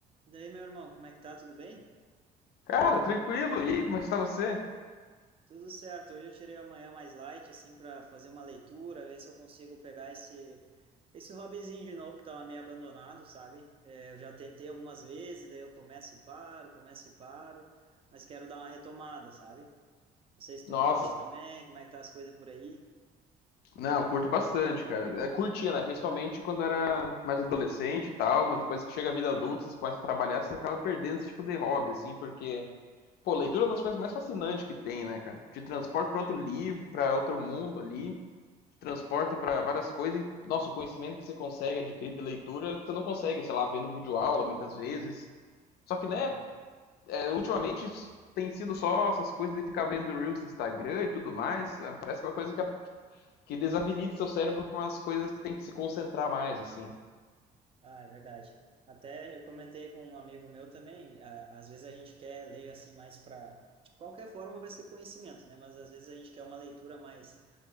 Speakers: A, on the right; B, on the left.
A: E daí, meu irmão, como é que tá? Tudo bem?
B: Cara, tranquilo. E aí, como é que está você?
A: Tudo certo. Hoje eu tirei a manhã mais light, assim, para fazer uma leitura, ver se eu consigo pegar esse esse hobbyzinho de novo que tava meio abandonado, sabe? É, eu já tentei algumas vezes, daí eu começo e paro, começo e paro, mas quero dar uma retomada, sabe? Não sei se tu
B: Nossa,
A: curte também, como é que tá as coisas por aí?
B: não, eu curto bastante, cara. É, curtia, né? Principalmente quando era mais adolescente e tal, mas depois que chega a vida adulta, você começa a trabalhar, você acaba perdendo esse tipo de hobby, assim, porque, pô, leitura é uma das coisas mais fascinantes que tem, né, cara? Te transporta para outro livro, para outro mundo ali, te transporta para várias coisas e, nossa, o conhecimento que você consegue adquirir de leitura, você não consegue, sei lá, vendo videoaula muitas vezes. Só que, né,
A: É.
B: é, ultimamente tem sido só essas coisas de ficar vendo Reels no Instagram e tudo mais. É, parece que é uma coisa que, que desabilita seu cérebro para umas coisas que tem que se concentrar mais, assim.
A: Ah, é verdade. Até eu comentei com um amigo meu também, a- às vezes a gente quer ler assim mais para de qualquer forma vai ser conhecimento, né? Mas às vezes a gente quer uma leitura mais